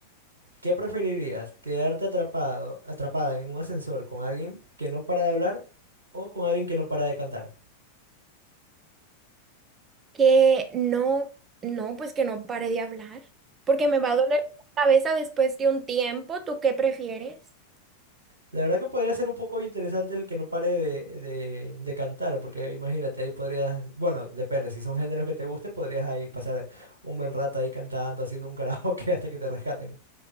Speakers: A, on the right; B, on the right.
A: ¿Qué preferirías? ¿Quedarte atrapado, atrapada en un ascensor con alguien que no para de hablar o con alguien que no para de cantar?
B: Que no, no, pues que no pare de hablar, porque me va a doler la cabeza después de un tiempo. ¿Tú qué prefieres?
A: La verdad que podría ser un poco interesante el que no pare de, de- de cantar, porque imagínate, ahí podrías, bueno, depende, si son géneros que te guste, podrías ahí pasar un buen rato ahí cantando, haciendo un karaoke <laughs> hasta que te rescaten.